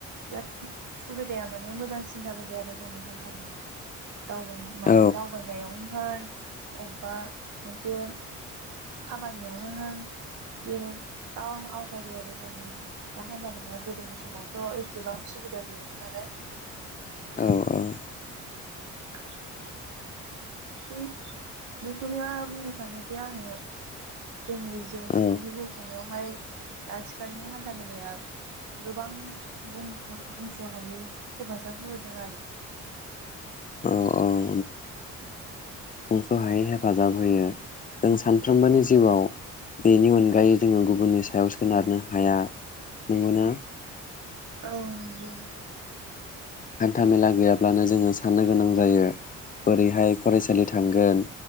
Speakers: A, on the right; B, on the left.
A: बिराद सुबिदाया माने मोजांसिन जाबोबाय आरो जोंनि हान्थ मेला। दाव माबा
B: औ
A: दावबायनायावनो होन। अबेबा मोनसे खामानियाव होन दा आवगायबाय आरो जोंनि दा हान्था मेलाआ गोदोनि समावथ' एसेबां सुबिदा गैयामोन नालाय
B: औ औ
A: <unintelligible> बि बेखौनो बुंनो सानोदि आङो। जोंनि जिउ
B: औ
A: सुबुंनि जिउ खुंनायाव। बेवहाय आथिखालनि हान्था मेलाया गोबां बुंफो बुंस' हायै हेफाजाब होबोदों आरो
B: औ औ बुंस' हायै हेफाजाब होयो जों सानफ्रोमबोनि जिउआव बेनि अनगायै जोङो गुबुननि सायाव सोनारनो हाया नंगौना
A: औ नंगौ।
B: हान्था मेला गैयाब्लानो जोङो साननो गोनां जायो। बोरैहाय फरायसालि थांगोन